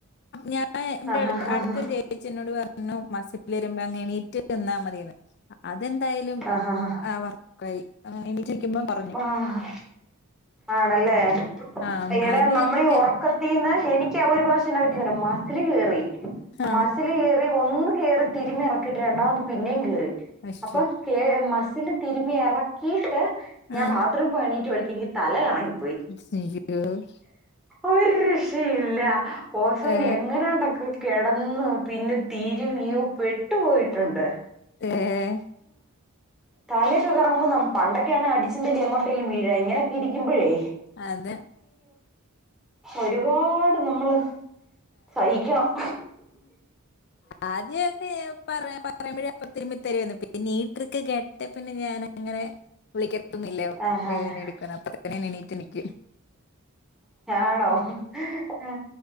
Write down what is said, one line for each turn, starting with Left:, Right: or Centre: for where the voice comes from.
Left: ഞാൻ ഇവിടെ
Centre: ആഹ് ആഹ് ആഹ്
Left: അടുത്തൊരു ചേച്ചി ചേച്ചി പറഞ്ഞ് മസിൽ വരുമ്പോ അങ്ങ് എണീറ്റ് നിന്നാൽ മതി എന്ന് അത് അതെന്തായാലും
Centre: ആഹ് ഹാ ഹാ
Left: വർക്കായി ആ എണീറ്റ് നിൽക്കുമ്പോ കുറഞ്ഞു
Centre: ആഹ് ആണല്ലേ
Left: ആ ആ
Centre: ഇടെ
Left: ആദ്യമൊക്കെ
Centre: നമ്മളീ ഉറക്കത്തീന്ന് എനിക്ക് ആ ഒരു പ്രാവശനം എന്നാപറ്റിന്നറിയോ മസിൽ കേറി
Left: ആ
Centre: മസിൽ കേറി ഒന്ന് കേറി തിരുമ ഇറക്കിയിട്ട് രണ്ടാമത് പിന്നെയും കേറി
Left: അശു
Centre: അപ്പൊ കേ മ സ്സില് തിരുമി ഇറിക്കിട്ട് ഞാ
Left: ആ
Centre: ബാത്റൂമിൽ പോവാൻ എണീറ്റ വഴക്ക് എനിക്ക് തലറങ്ങി.
Left: <unintelligible>
Centre: ഒരു ഋഷിയില്ല ഓസോന്
Left: ഏ
Centre: എങ്ങനാ ഉണ്ടക്ക് കിടന്ന് പിന്നെ തീരുമ്മി ഓ പെട്ടു പോയിട്ടുണ്ട്.
Left: <unintelligible>
Centre: താലയൊക്കെ കറങ്ങുമ്പോ ന പണ്ടൊക്കെയാണ് അടിച്ചിന്തല്ലും എങ്ങോട്ടേലും വീഴ ഇങ്ങനൊക്കെ ഇരിക്കുമ്പോഴേ
Left: അതെ
Centre: ഒരുപാട് നമ്മള് സഹിക്കണം
Left: ആദ്യൊക്കെ പറ പറയുമ്പഴ അപ്പ രുമ്മിത്തരുന്ന് പി നീട്ട്രക്ക് കേട്ടട്ട് പിന്നെ ഞാൻങ്ങനെ വിളിക്കൊന്നില്ലേ
Centre: ആഹ്
Left: വേദന
Centre: ഹ
Left: എടുക്ക അപ്പ ഇ ന നയിട്ട നിക്ക
Centre: ആണോ ആ